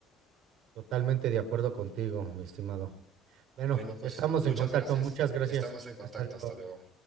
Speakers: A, on the right (about 55°); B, on the right (about 20°).
A: Totalmente de acuerdo contigo, mi estimado. Bueno,
B: Bueno, pues
A: estamos
B: muchas
A: en contacto.
B: gracias.
A: Muchas gracias.
B: Estamos en
A: Hasta
B: contacto.
A: luego.
B: Hasta luego.